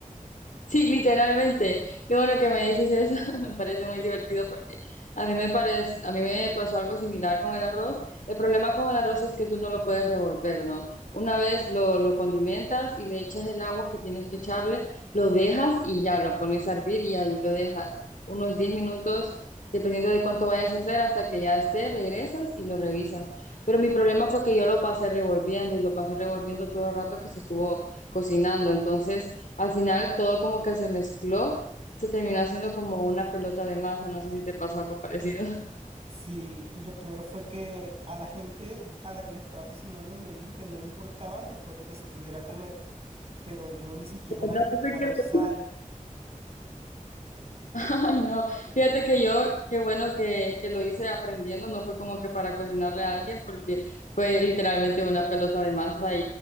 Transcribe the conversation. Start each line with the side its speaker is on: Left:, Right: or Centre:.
Left: Sí, literalmente. Qué bueno que me dices eso. <laughs> Me parece muy divertido porque a mí me parece, a mí me pasó algo similar con el arroz. El problema con el arroz es que tú no lo puedes revolver, ¿no? Una vez lo, lo condimentas y le echas el agua que tienes que echarle, lo dejas y ya lo pones a hervir y ahí lo dejas unos 10 minutos, dependiendo de cuánto vayas a hacer, hasta que ya esté, regresas y lo revisas. Pero mi problema fue que yo lo pasé revolviendo y lo pasé revolviendo todo el rato que se estuvo cocinando. Entonces al final todo como que se mezcló, se terminó haciendo como una pelota de masa, no sé si te pasó algo parecido. <laughs>
Right: Sí, y lo peor fue que a la gente a la que le estaba cocinando me dijo que no le importaba después de que se pudiera comer, pero yo ni siquiera
Left: De verdad,
Right: le había
Left: no te
Right: echado
Left: creo.
Right: sal.
Left: Ay, no, fíjate que yo, qué bueno que, que lo hice aprendiendo, no fue como que para cocinarle a alguien, porque fue literalmente una pelota de masa y,